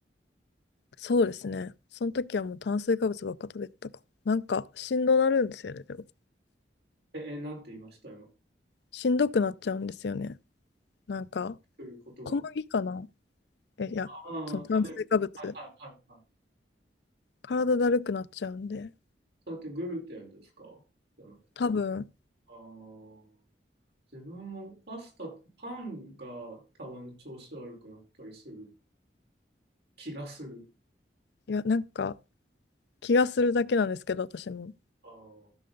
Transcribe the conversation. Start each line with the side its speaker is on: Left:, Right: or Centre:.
Left: そうですね。その時はもう炭水化物ばっか食べてたかも。なんか、しんどなるんですよね、でも。
Right: え、え、なんて言いました今。
Left: しんどくなっちゃうんですよね。なんか、
Right: 作ることが。
Left: 小麦かなえ、いや、
Right: ああ、
Left: その炭水化物。
Right: 食べる。はいはいはい。
Left: 体だるくなっちゃうんで、
Right: それってグルテンですかじゃなくて。
Left: 多分、
Right: あー自分もパスタ、パンがたまに調子悪くなったりする気がする。
Left: いや、なんか、気がするだけなんですけど、私も。
Right: あー